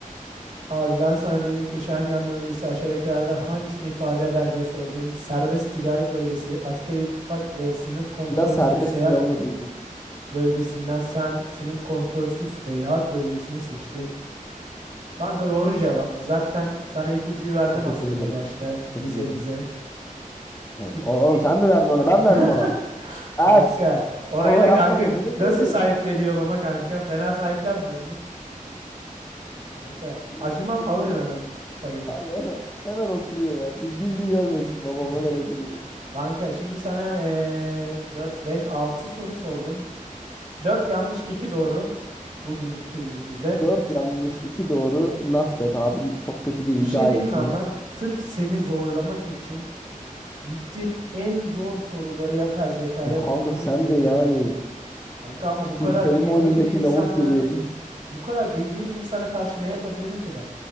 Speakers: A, on the right; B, on the left.
A: Abi ben sana dedim ki Schengen bölgesi aşağıdakilerden hangisini ifade eder diye sordum. Serbest ticaret bölgesi, askeri ittifak ve sınır kontrolsüz
B: Ya serbest
A: seyahat
B: ya onunla da
A: bölgesinden sen sınır kontrolsüz seyahat bölgesini seçtin. Kanka doğru cevap. Zaten sana ipucuyu verdim
B: Teşekkür
A: aslında
B: ederim.
A: başta
B: Teşekkür
A: vizemize.
B: ederim. Tamam.
A: İp,
B: O- Oğlum
A: i-
B: sen mi verdin ona? Ben verdim
A: <laughs>
B: ona. Ers.
A: Kanka orayı
B: Ya baba
A: da
B: yapma
A: kanka
B: gözünü
A: nasıl
B: seveyim.
A: sahipleniyorum ama kanka fena sahiplenmiyor mu? Kanka
B: <laughs>
A: acımam alırım hemen payımı.
B: Harbi hemen, hemen oturuyor ya. Bir bilgi görmesin babam
A: <laughs>
B: hemen oturuyor.
A: Kanka şimdi sana eee 4, 5, 6 soru sordum. dört yanlış, 2 doğru bugünlük quizimizde.
B: 4 yanlış, 2 doğru. Not bad abi. Çok kötü değil.
A: Bir şey
B: Gayet
A: diyeyim mi ama
B: iyi.
A: sırf seni zorlamak için gittim en zor soruları yapay zekaya
B: Ya kanka
A: buldurup
B: sen
A: getirdim.
B: de yani
A: Kanka ama bu kadar
B: şu kelime
A: bilgili
B: oyunundaki
A: bir insanla
B: lavuk gibi.
A: bu kadar bilgili bir insana karşı ne yapabilirim ki ben?